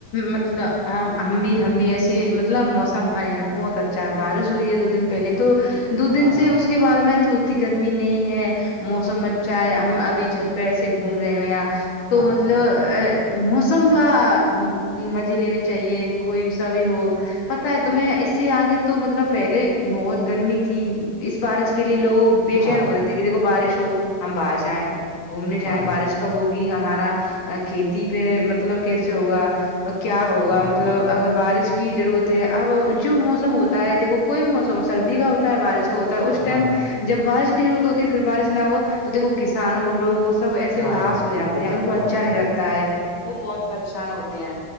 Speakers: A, on the left; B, on the right.
A: مطلب ہم بھی ہم بھی ایسے مطلب موسم ہمارے یہاں بہت اچھا چاہے بارش ہوئی ہے دو دن پہلے تو دو
B: ہاں
A: دن سے اس کے بعد میں تو اتنی گرمی نہیں ہے موسم اچھا ہے ہم ابھی چھت پہ سے گھوم رہے ہوئے ہیںاں تو
B: ہاں
A: مطلب
B: ہاں
A: ا موسم کا مزے لینے چاہیے کوئی سا بھی ہو پتا ہے تو میں اس سے آگے تو مطلب پہلے بہت گرمی تھی اس بارش کے لیے لوگ بے
B: ہاں
A: چین ہو
B: ہاں
A: رہے تھے کہ دیکھو بارش ہو ہم باہر جائیں گھومنے
B: ہاں
A: جائیں
B: ہاں
A: بارش کب ہوگی ہمارا کھیتی پہ مطلب کیسے ہوگا کیا ہوگا
B: ہاں
A: مطلب
B: ہاں ہاں
A: اگر بارش کی ضرورت ہے اب جو موسم ہوتا ہے دیکھو کوئی بھی موسم سردی کا ہوتا ہے بارش کا ہوتا اس
B: ہاں
A: ٹائم
B: ہاں
A: جب بارش کی ضرورت ہوتی ہے پھر بارش نہ ہو تو دیکو کسان ہو لوگ ہو سب ایسے اداس
B: ہاں ہاں
A: ہو جاتے
B: بالکل
A: ہیں ان
B: صحیح
A: کو اچھا
B: کہا آپ
A: نہیں
B: نے
A: لگتا ہے وہ بہت پریشان ہوتے ہیں